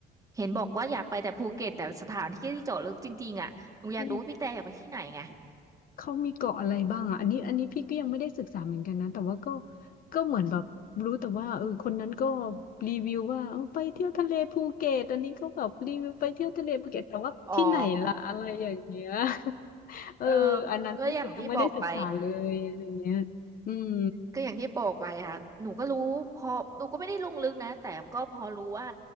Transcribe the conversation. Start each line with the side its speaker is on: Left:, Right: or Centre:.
Right: เห็นบอกว่าอยากไปแต่ภูเก็ตแต่สถานที่ที่เจาะลึกจริงๆอ่ะหนูอยากรู้ว่าพี่แต่อยากไปที่ไหนไง
Left: เขาเขามีเกาะอะไรบ้างอ่ะอันนี้อันนี้พี่ก็ยังไม่ได้ศึกษาเหมือนกันนะแต่ว่าก็ก็เหมือนแบบรู้แต่ว่าเออคนนั้นก็รีวิวว่าเอาไปเที่ยวทะเลภูเก็ตอันนี้ก็แบบรีวิวไปเที่ยวทะเลภูเก็ตแต่ว่าที่ไหนล่ะอะไรอย่างเงี้ย
Right: <laughs> อ๋อ
Left: <laughs> เอออันนั้นก็คือยังไม่ได้ศึกษาเลยอะไรเงี้ย
Right: เออก็อย่างที่บอกไป
Left: อืม
Right: ก็อย่างที่บอกไปค่ะหนูก็รู้พอหนูก็ไม่ได้ลงลึกนะแต่ก็พอรู้ว่า